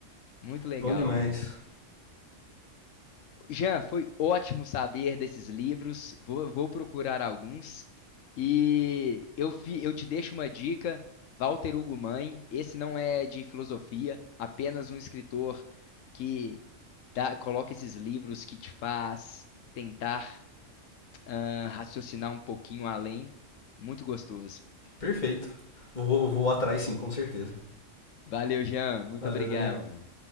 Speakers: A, on the left (about 80°); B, on the left (about 35°).
A: Muito legal,
B: Bom demais.
A: velho. Jean, foi ótimo saber desses livros. Vou, vou procurar alguns. E eu, fi- eu te deixo uma dica: Walter Hugo Mãe. Esse não é de filosofia, apenas um escritor que dá- coloca esses livros que te faz tentar ah, raciocinar um pouquinho além. Muito gostoso.
B: Perfeito. Vou, vou atrás sim, com certeza.
A: Valeu, Jean. Muito
B: Valeu,
A: obrigado,
B: Daniel.
A: mano.